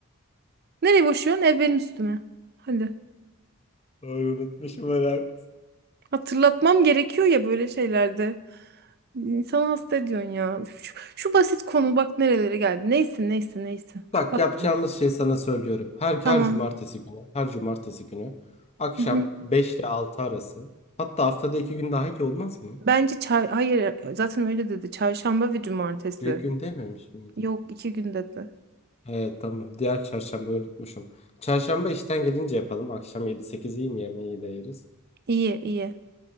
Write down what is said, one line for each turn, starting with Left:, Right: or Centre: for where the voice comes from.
Right: Nereye boşuyorsun? Ev benim üstüme. Hadi.
Left: Doğru unutmuşum merak.
Right: Hatırlatmam gerekiyor ya böyle şeylerde. İnsanı hasta ediyorsun ya. Şu, şu basit konu bak nerelere geldi. Neyse neyse neyse. Kapat
Left: Bak yapacağımız
Right: bunu.
Left: şey sana söylüyorum. Her
Right: Tamam.
Left: her cumartesi günü, her cumartesi günü akşam
Right: Hı hı.
Left: 5 ile 6 arası. Hatta haftada 2 gün daha iyi olmaz mı?
Right: Bence çar hayır zaten öyle dedi. Çarşamba ve cumartesi.
Left: Bir gün dememiş miydi?
Right: Yok iki gün dedi.
Left: Evet tamam. Diğer çarşamba unutmuşum. Çarşamba işten gelince yapalım. Akşam yedi sekiz iyi mi yemeği de yeriz.
Right: İyi iyi.